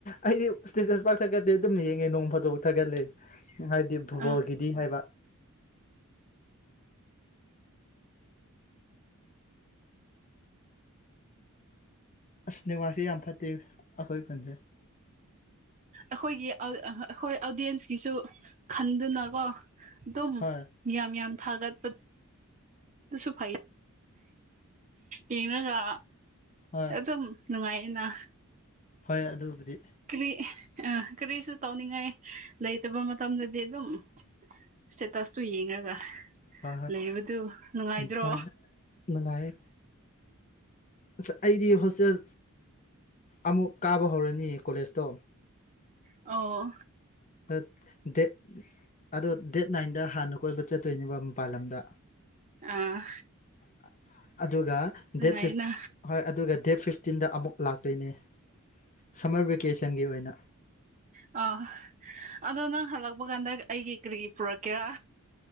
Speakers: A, on the left (about 35°); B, on the right (about 35°).
A: ꯑꯩꯗꯤ ꯏꯁꯇꯦꯇꯁ ꯄꯥꯛ ꯊꯛꯀꯠꯇꯦ ꯑꯗꯨꯝ ꯌꯦꯡꯉꯦ ꯅꯣꯡ ꯐꯥꯗꯣꯛ ꯊꯥꯒꯠꯂꯦ ꯍꯥꯏ ꯗꯤ ꯐꯨꯠꯕꯣꯜꯒꯤꯗꯤ
B: ꯑ
A: ꯍꯥꯏꯕ ꯑꯁ ꯅꯦꯃꯥꯔꯁꯦ ꯌꯥꯝ ꯐꯠꯇꯦ ꯑꯩꯈꯣꯏ ꯈꯟꯁꯦ
B: ꯑꯩꯈꯣꯏꯒꯤ ꯑꯩꯈꯣꯏ ꯑꯣꯗꯤꯌꯦꯟꯁꯀꯤꯁꯨ ꯈꯟꯗꯨꯅꯀꯣ ꯑꯗꯨꯝ
A: ꯍꯣꯏ
B: ꯌꯥꯝ ꯌꯥꯝ ꯊꯥꯒꯠꯄ ꯑꯗꯨꯁꯨ ꯐꯩ ꯌꯦꯅꯒ
A: ꯍꯣꯏ
B: ꯑꯗꯨꯝ ꯅꯨꯡꯉꯥꯏꯌꯦꯅ
A: ꯍꯣꯏ ꯑꯗꯨꯕꯨꯗꯤ
B: ꯀꯔꯤ ꯑ ꯀꯔꯤꯁꯨ ꯇꯧꯅꯤꯡꯉꯥꯏ ꯂꯩꯇꯕ ꯃꯇꯝꯗꯗꯤ ꯑꯗꯨꯝ ꯏꯁꯇꯦꯇꯁꯇꯣ ꯌꯦꯡꯉꯒ
A: ꯍꯣꯏ ꯍꯣꯏ
B: ꯂꯩꯕꯗꯨ ꯅꯨꯡꯉꯥꯏꯗ꯭ꯔꯣ
A: ꯎꯝ ꯍꯣꯏ ꯅꯨꯡꯉꯥꯏꯌꯦ ꯑꯁ ꯑꯩꯗꯤ ꯍꯣꯁꯇꯦꯜ ꯑꯃꯨꯛ ꯀꯥꯕ ꯍꯧꯔꯅꯤ ꯀꯣꯂꯦꯖꯇꯣ
B: ꯑꯣ
A: <unintelligible> ꯑꯗꯣ ꯗꯦꯠ ꯅꯥꯏꯟꯗ ꯍꯥꯟꯅ ꯀꯣꯏꯕ ꯆꯠꯇꯣꯏꯅꯦꯕ ꯃꯄꯥꯟ ꯂꯝꯗ
B: ꯑꯥ
A: <inaudible> ꯑꯗꯨꯒ
B: ꯅꯨꯡꯉꯥꯏꯅ
A: ꯗꯦꯠ ꯐꯤꯐ ꯍꯣꯏ ꯑꯗꯨꯒ ꯗꯦꯠ ꯐꯤꯐꯇꯤꯟꯗ ꯑꯃꯨꯛ ꯂꯥꯛꯇꯣꯏꯅꯦ <inaudible> ꯁꯝꯃꯔ ꯕꯦꯀꯦꯁꯟꯒꯤ ꯑꯣꯏꯅ
B: ꯑ ꯑꯗꯣ ꯅꯪ ꯍꯜꯂꯛꯄ ꯀꯥꯟꯗ ꯑꯩꯒꯤ ꯀꯔꯤ ꯄꯨꯔꯛꯀꯦꯔꯥ